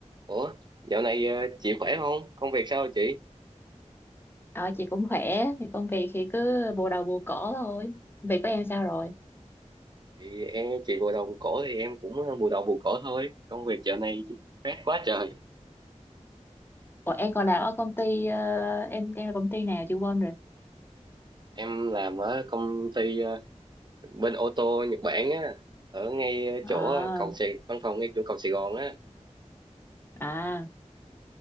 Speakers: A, on the right; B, on the left.
A: Ủa, dạo này ờ, chị khỏe không? Công việc sao chị?
B: Ờ, chị cũng khỏe, thì công việc thì cứ bù đầu bù cổ thôi. Việc của em sao rồi?
A: Thì em chị bù đầu bù cổ thì em cũng bù đầu bù cổ thôi. Công việc dạo này stress quá trời.
B: Ủa, em còn làm ở công ty, ờ, em em là công ty nào chị quên rồi.
A: Em làm ở công ty ờ, bên ô tô Nhật Bản á, ở ngay
B: ờ
A: chỗ cầu Sài văn phòng ngay chỗ cầu Sài Gòn á.
B: à,